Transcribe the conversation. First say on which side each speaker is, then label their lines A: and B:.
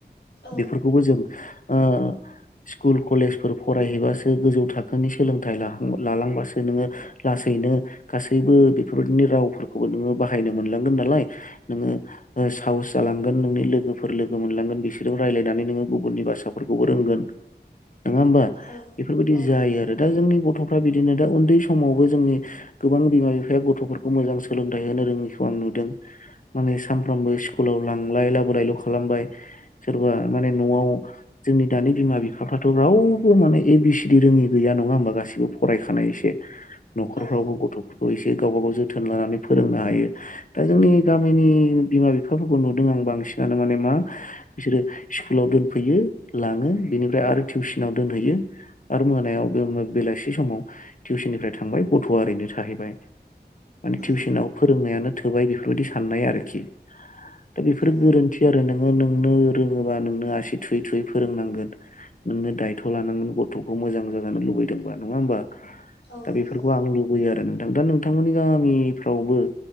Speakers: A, on the left; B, on the left.
A: औ
B: बेफोरखौबो जों ओ स्कुल कलेजफोर फरायहैबासो गोजौ थाखोनि सोलोंथाइ लालांबासो नोङो लासैनो गासैबो बेफोरबायदिनि रावफोरखौबो नोङो बाहायनो मोनलांगोन नालाय नोङो साहस जालांगोन नोंनि लोगोफोर लोगो मोनलांगोन बिसोरजों रायज्लायनानै नोङो गुबुननि भासाफोरखौबो रोंगोन। नङा होमबा
A: औ
B: बेफोरबायदि
A: औ
B: जायो आरो दा जोंनि गथ'फ्रा बिदिनो दा उन्दै समाव बो जोंनि गोबां बिमा बिफाया गथ'फोरखौ मोजां सोलोंथाइ होनो रोङिखौ आं नुदों। माने सानफ्रामबो स्कुलाव लांलाय लाबोलायल' खालामबाय। सोरबा माने न'आव जोंनि दानि बिमा बिफाफ्राथ' रावबो माने ए बि सिडि रोङि गैया। नङा होमबा गासिबो फरायखानाय इसे। न'खरफ्रावबो
A: औ
B: गथ'फोरखौ एसे गावबा गाव जोथोन लानानै फोरोंनो हायो दा जोंनि दा गामिनि बिमा बिफाफोरखौ नुदों आं बांसिनानो माने मा बिसोरो स्कुलाव दोनफैयो लाङो। बेनिफ्राय आरो टिउसनाव दोनहैयो आरो मोनायाव बे बेलासि समाव टिउसननिफ्राय थांबाय गथ'आरैनो थाहैबाय माने
A: औ
B: टिउसनाव फोरोंनायानो थोबाय बेफोरबायदि साननाय आरोखि दा बेफोर
A: औ
B: गोरोन्थि आरो नों नोङो नोंनो रोङोबा नोंनो आसि थुयै थुयै फोरोंनांगोन। नोंनो दायथ' लानांगोन गथ'खौ मोजां जाजानो लुबैदोंबा नङा होमबा?
A: औ
B: दा
A: नंगौ
B: बेफोरखौ आं लुबैयो आरो नोंथां दा नोंथांमोननि गामिफ्रावबो